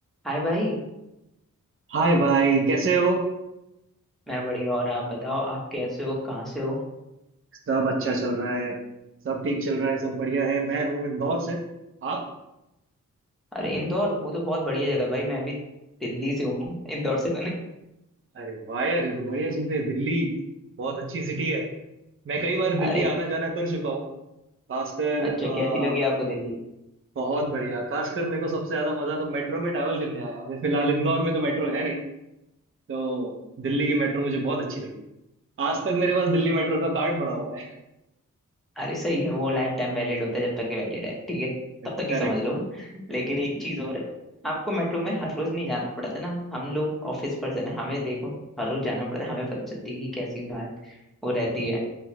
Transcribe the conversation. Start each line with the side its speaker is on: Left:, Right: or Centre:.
Centre: हाय भाई
Right: हाय भाई कैसे हो
Centre: मैं बढ़िया और आप बताओ आप कैसे हो कहाँ से हो
Right: सब अच्छा चल रहा है सब ठीक चल रहा है सब बढ़िया है मैं हूँ इंदौर से आप
Centre: अरे इंदौर वो तो बहुत बढ़िया जगह है भाई मैं भी दिल्ली से हूँ <laughs> इंदौर से तो नहीं
Right: अरे वाह यार ये तो बढ़िया चीज है दिल्ली बहुत अच्छी सिटी है मैं कई बार
Centre: अरे
Right: दिल्ली आना जाना कर चुका हूँ खासकर अ,
Centre: अच्छा कैसी लगी आपको दिल्ली
Right: बहुत बढ़िया खासकर मेरे को सबसे ज्यादा मजा तो मेट्रो में ट्रैवल करने आया अभी फिलहाल इंदौर में तो मेट्रो है नहीं तो दिल्ली की मेट्रो मुझे बहुत अच्छी लगी आज तक मेरे पास दिल्ली मेट्रो का कार्ड पड़ा हुआ है
Centre: अरे सही है वो लाइफ टाइम वैलिड होता है जब तक ये वैलिड है ठीक है
Right: <laughs>
Centre: तब तक
Right: करेक्ट
Centre: ही समझ लो <laughs> लेकिन एक चीज और है आपको मेट्रो में हर रोज नहीं जाना पड़ता ना हम लोग ऑफिस पर से ना हमें देखो हर रोज जाना पड़ता है हमें पता चलती है कि कैसी बात वो रहती है